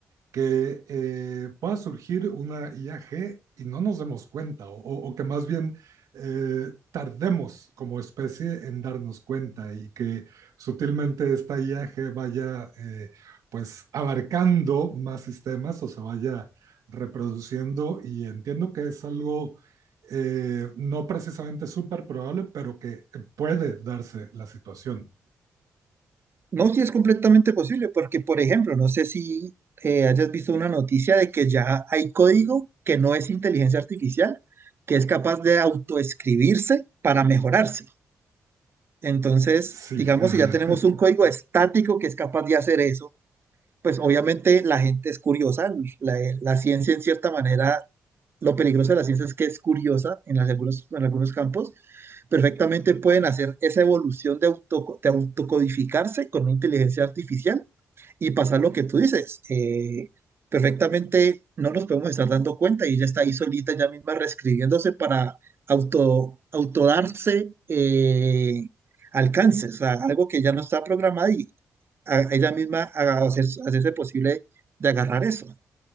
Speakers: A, on the right (about 80°); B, on the right (about 40°).
A: que eh, pueda surgir una I A G y no nos demos cuenta, o, o- o que más bien eh, tardemos como especie en darnos cuenta y que sutilmente esta I A G vaya eh, pues abarcando más sistemas o se vaya reproduciendo y entiendo que es algo eh, no precisamente súper probable, pero que puede darse la situación.
B: No, sí es completamente posible, porque, por ejemplo, no sé si eh, hayas visto una noticia de que ya hay código que no es inteligencia artificial, que es capaz de autoescribirse para mejorarse. Entonces,
A: Sí,
B: digamos,
A: <laughs>
B: si ya tenemos un código estático que es capaz de hacer eso, pues obviamente la gente es curiosa. La, la ciencia, en cierta manera, lo peligroso de la ciencia es que es curiosa en las- algunos, en algunos campos. Perfectamente pueden hacer esa evolución de, auto, de autocodificarse con una inteligencia artificial y pasa lo que tú dices, eh, perfectamente no nos podemos estar dando cuenta y ya está ahí solita, ya misma reescribiéndose para auto, autodarse eh, alcances, o sea, algo que ya no está programado y a- ella misma haga- hacer- hacerse posible de agarrar eso.